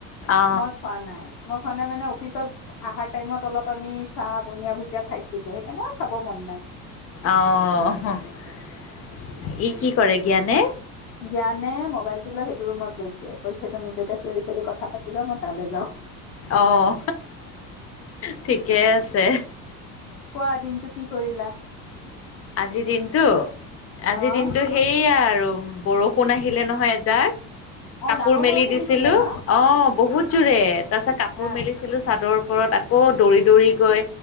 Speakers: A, on the left; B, on the left.
A: অ
B: মই খোৱা নাই মই খনে মানে অফিচত অহাৰ টাইমত অলপ আমি চাহ বনিয় ভুজিয়া খাইছিলো সেইকাৰণে খাব মন নাই
A: আহ ই কি কৰে জ্ঞানে
B: জ্ঞানে মোবাইলটো লৈ সেইটো ৰুমত গৈছে কৈছে তুমি দুইতা চিঞৰি চিৰি কথা পাতিবা মই তালৈ যাওঁ
A: আহ ঠিকেই আছে
B: কোৱা দিনটো কি কৰিলা
A: আজিৰ দিনতটো আজিৰ
B: অ
A: দিনটো সেইয়া আৰু আৰু বৰষুণ আহিলে নহয় এজাক
B: অ
A: কাপোৰ
B: ডাঙৰ
A: মেলি
B: বৰষুণ
A: দিছিলো
B: দিছিলে ন
A: অ বহুত জোৰে তাৰপিছত কাপোৰ
B: অ
A: মেলিছিলো চাদৰ ওপৰত আকৌ দৌৰি দৌৰি গৈ